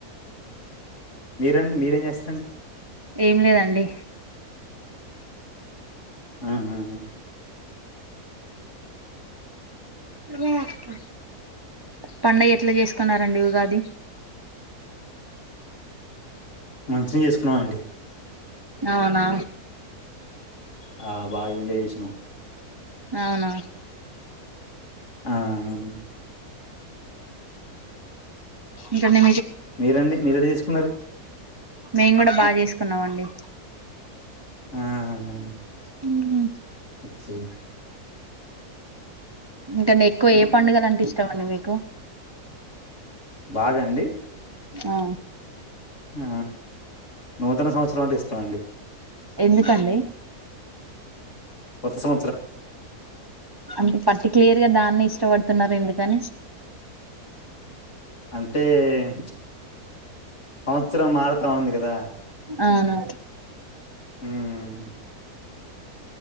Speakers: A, on the left (about 50°); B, on the right (about 40°).
A: మీరండి మీరేం చేస్తారండి
B: ఏం లేదండి
A: అహహ
B: రాక పండగ ఎట్ల చేసుకున్నారండి ఉగాది
A: మంచిగ్ చేసుకున్నామండి
B: అవునా
A: ఆ బాగా ఎంజాయ్ చేసినమ్
B: అవున
A: ఆ బ్
B: ఇక మీ
A: మీరండి మీరడిది జెసుకున్నరు?
B: మేము కూడా బాగా చేసుకున్నాం అండి.
A: ఆహ
B: ఉమ్మ
A: ఓకే
B: మీకనెక్కువ ఏ పండుగల అంటే ఇష్టండి మీకు
A: బాగండి
B: ఆ
A: ఆ నూతన సంవత్సరమంటే ఇస్టమండి
B: ఎందుకండి
A: కొత్త సం
B: అంటే పర్టిక్లియర్ గా దాన్ని ఇస్ షవడుతున్నరెందుకని
A: అంటే ప్చ్ సంవత్సరం మారుతా ఉంది గదా
B: అవును
A: మ్